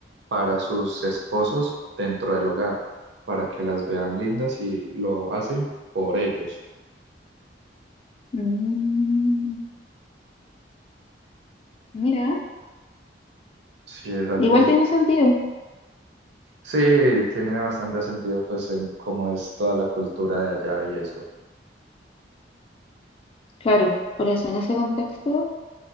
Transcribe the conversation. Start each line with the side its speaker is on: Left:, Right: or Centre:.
Right: para sus esposos dentro del hogar, para que las vean lindas y lo hacen por ellos.
Left: mm, mira,
Right: Sí, es algo,
Left: igual tiene sentido,
Right: sí, tiene bastante sentido, pues, en cómo es toda la cultura de allá y eso,
Left: claro, por eso en ese contexto